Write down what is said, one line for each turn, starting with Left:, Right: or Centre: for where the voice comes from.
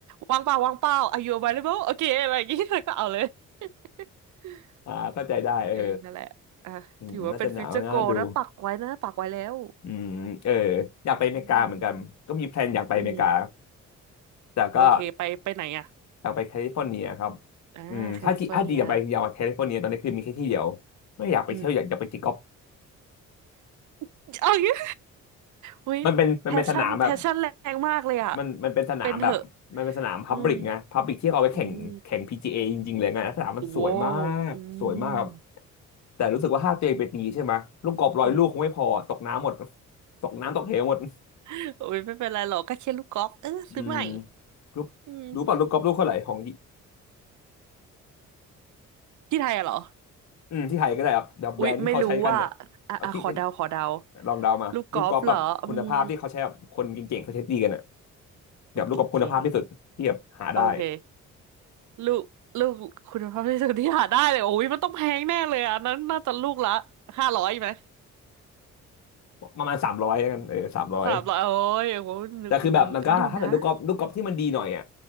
Right: วางเปล่าวางเปล่า Are you available โอเคอะไรอย่างงี้ <laughs> เธอก็เอาเลย <laughs>
Left: อ่าเข้าใจได้เออ
Right: เออนั่นแหละอ่ะถือว่าเป็นฟิวเจอร์โกนะปักไว้นะปักไว้แล้ว
Left: อืมน่าจะหนาวน่าดูอืมเอออยากไปอเมริกาเหมือนกันก็มีแพลนอยากไปอเมริกา
Right: อืมอืม
Left: แต่ก็
Right: โอเคไปไปไหนอ่ะ
Left: อยากไปแคลิฟอร์เนียครับ
Right: อ่าแคลิฟอร์เนีย
Left: อืมถ้าที่อาจจะอยากไปอยากไปแคลิฟอร์เนียตอนนี้คือมีแค่ที่เดียวไม่อยากไปเที่ยวอยากอยากไปตีกอล์ฟ
Right: อืม <laughs> เอาอย่างงี้เฮ้ยแพชชั่นแพชชั่นแรงมากเลยอ่ะ
Left: มันเป็นมันเป็นสนามแบบ มันมันเป็นสนามแบบมันเป็นสนามพับลิกไงพับลิกที่เขาเอาไปแข่งแข่ง
Right: เป็นเถอะอืมอืม
Left: PGA จเอจริงๆเลยไงสนามมันสวยมากสวยมาก
Right: โว้วอืม
Left: แต่รู้สึกว่าถ้าตัวเองไปตีใช่ไหมลูกกอล์ฟร้อยลูกคงไม่พอตกน้ำหมด
Right: อืม
Left: ตกน้ำตกเหวหมด
Right: <laughs> โอ้ยไม่เป็นไรหรอกก็แค่ลูกกอล์ฟเออซื้อใหม่
Left: อืมรู้
Right: อืม
Left: รู้ป่ะลูกกอล์ฟลูกเท่าไหร่ของ
Right: ที่ไทยอะเหรอ
Left: อืมที่ไทยก็ได้ครับเดี๋ยวแบรนด์ที่เขาใช้กันเนี่ยเอาที่เป็น
Right: อุ๊ยไม่รู้ว่าอ่ะอ่ะขอเดาขอเดา
Left: ลองเดามาลูกกอล์ฟแบบคุณภาพที่เขาใช้แบบคนเก่งๆเขาใช้ตีกันอ่ะ
Right: ลูกกอล์ฟเหรออืม
Left: แบบลูกกอล์ฟคุณภาพที่สุดที่แบบหาได้
Right: คนเก่งๆโอเคลูกลูกคุณภาพที่สุดที่หาได้เลยโอ้ยมันต้องแพงแน่เลยอะอันนั้นน่าจะลูกละห้าร้อยไหม
Left: ประมาณสามร้อยกันเออสามร้อย
Right: สามร้อยโอ้ยโอ้โหนึกอื้อหือเดี๋ยวนะ
Left: แต่คือแบบมันก็ถ้าเกิดลูกกอล์ฟลูกกอล์ฟที่มันดีหน่อยอ่ะ